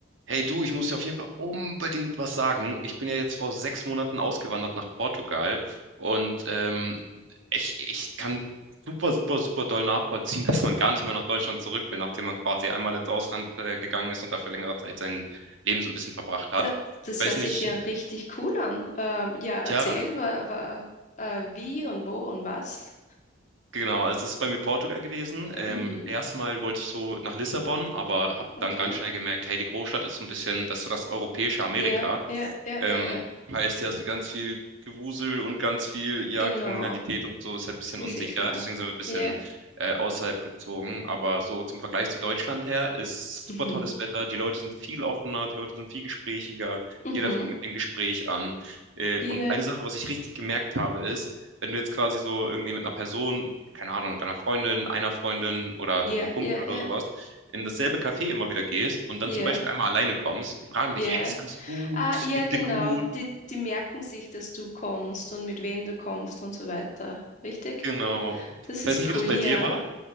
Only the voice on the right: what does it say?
Hey du, ich muss dir auf jeden Fall unbedingt was sagen. Ich bin ja jetzt vor sechs Monaten ausgewandert nach Portugal und ähm, ich, ich kann super, super, super doll nachvollziehen, <laughs> dass man gar nicht mehr nach Deutschland zurück will, nachdem man quasi einmal ins Ausland äh, gegangen ist und da für längere Zeit sein Leben so ein bisschen verbracht hat.
Ich
weiß nicht,
ja,
Genau, also es ist bei mir Portugal gewesen. Ähm,
erstmal wollte ich so nach Lissabon, aber habe dann
ganz schnell gemerkt, hey, die Großstadt ist so ein bisschen, das ist so das europäische Amerika.
Ähm,
heißt ja, hast du ganz viel Gewusel und ganz viel, ja,
Kriminalität und so, ist halt ein bisschen
unsicher.
Deswegen sind wir ein bisschen
äh, außerhalb gezogen. Aber so zum Vergleich zu Deutschland her ist super
tolles Wetter. Die Leute sind viel offener, die Leute sind viel gesprächiger.
Jeder fängt mit dem Gespräch an. Äh,
und eine Sache, was ich richtig gemerkt habe, ist, wenn du jetzt quasi so irgendwie mit einer Person keine Ahnung, deiner Freundin, einer Freundin oder
einem Kumpel
oder
sowas, in dasselbe Café immer wieder gehst und dann
zum Beispiel einmal alleine kommst, die fragen
dich, hey, ist alles gut,
es
geht
dir gut,
genau.
Ich weiß
nicht, wie das
bei
dir war.